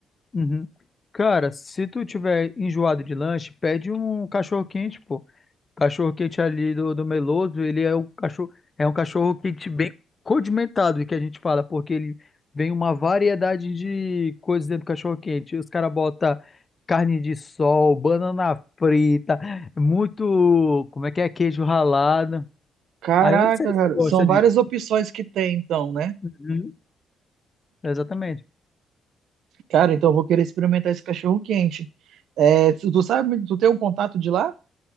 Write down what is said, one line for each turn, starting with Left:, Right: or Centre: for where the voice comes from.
Left: uhum. Cara, se tu tiver enjoado de lanche, pede um cachorro quente, pô. Cachorro quente ali do, do Meloso, ele é um cachorro, é um cachorro quente bem condimentado, que a gente fala, porque ele vem uma variedade de coisas dentro do cachorro quente. Os caras botam carne de sol, banana frita, muito, como é que é, queijo ralado.
Right: Caraca,
Left: Aí eu não sei se
Right: cara,
Left: tu gosta
Right: são
Left: disso.
Right: várias opções que tem então, né?
Left: Uhum, exatamente.
Right: Cara, então eu vou querer experimentar esse cachorro quente. É, tu tu sabe, tu tem um contato de lá?